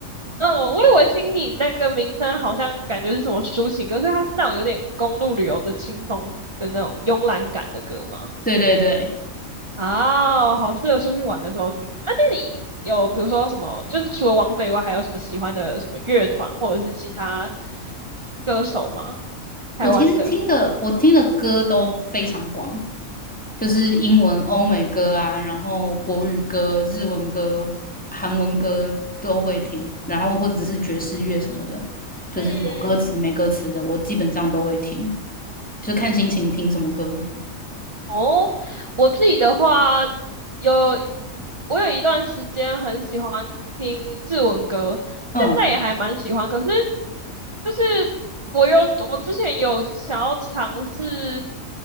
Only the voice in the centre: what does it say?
对对对，
我其实听的我听的歌都非常广，
就是英文、欧美歌啊，然后国语歌、日文歌、韩文歌都会听，然后或者是爵士乐什么的，就是有歌词没歌词的，
我基本上都会听，就看心情听什么歌。
嗯，